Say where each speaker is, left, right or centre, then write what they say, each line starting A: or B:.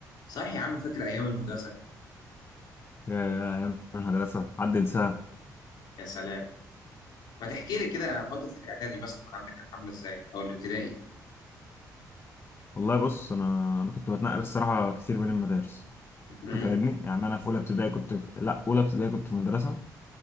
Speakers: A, on the left; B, on the left.
A: صح يا عم فاكر ايام المدرسه
B: يا أيام المدرسة حد ينساها
A: يا سلام ما تحكي لي كده فتره الاعدادي مثلا عندك كانت عامله ازاي او الابتدائي
B: والله بص أنا أنا كنت بتنقل الصراحة كتير بين المدارس أنت
A: امم
B: فاهمني يعني أنا في أولى ابتدائي كنت في... لا أولى ابتدائي كنت في مدرسة